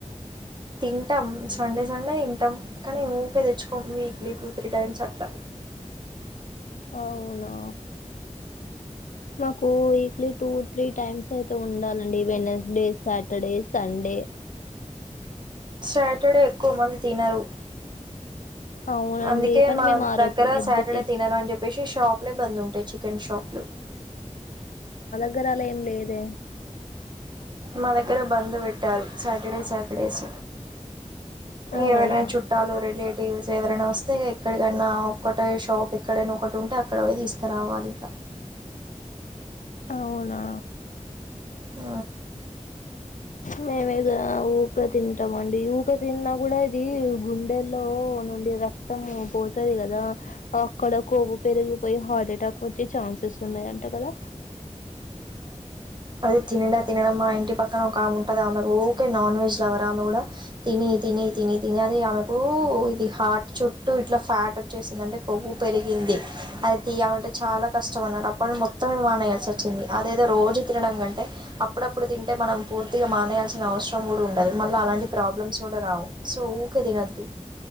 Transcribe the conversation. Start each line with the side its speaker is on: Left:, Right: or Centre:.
Right: తింటాం సండే సండే తింటాం కానీ ఊకె తెచ్చుకొం weekly two three times అట్లా
Left: అవునా మాకు వీక్లీ టూ త్రీ టైమ్స్ అయితే ఉండాలండి వెనస్డే సాటర్డే సండే
Right: సాటర్డే ఎక్కువ మంది తినరు
Left: అవునండి
Right: అందుకే
Left: కానీ
Right: మా
Left: మేము ఆ
Right: దగ్గర
Left: రోజు ఎగ్
Right: సాటర్డే
Left: చేస్
Right: తినరు అని చెప్పేసి షాప్ బందు ఉంటాయి చికెన్ షాపులు
Left: దగ్గరాలేం లేదే
Right: మా దగ్గర బంద్ పెట్టారు సాటర్డే సాటర్డేస్ ఇ
Left: అవునా
Right: ఎవరనా చుట్టాలుూ రిలేట్ టీవీస్ ఎవరైనా వస్తే ఎక్కడికైనా ఒకటె షాప్ ఎక్కడైనా ఒకటి ఉంటే అక్కడ పోయి తీసుకురావాలి ఇక
Left: అవునా
Right: ఆ
Left: మేమేగా ఊకె తింటామ అండి ఊకె తిన్నా కూడా ఇది గు గుండెల్లో నుండి రక్తం పోతది కదా అక్కడ కొవ్వు పెరిగిపోయి హార్ట్ అటాక్ వచ్చే ఛాన్సెస్ ఉన్నాయి అంట కదా <inaudible>
Right: అదే తినడా తినడం మా ఇంటి పక్కన ఒక ఆమె ఉంటది ఆమె ఓకే నాన్ వెజ్ లవరా ఆమె కూడా తిని తిని తిని తిని అది ఆమెకు ఇది హార్ట్ చుట్టూ ఇట్లా ఫ్యాట్ వచ్చేసింది అంటే కొవ్వు పెరిగిం ది అది తీయమంటే చాలా కష్టం అన్నారు అప్పుడు మొత్తం మానయాల్సి వచ్చింది అదేదో రోజు తినడం కంటే అప్పుడప్పుడు తింటే మనం పూర్తిగా మానేయాల్సిన అవసరం కూడా ఉండదు మళ్ళ అలాంటి ప్రాబ్లమ్స్ కూడా రావు సో ఊకే తినద్దు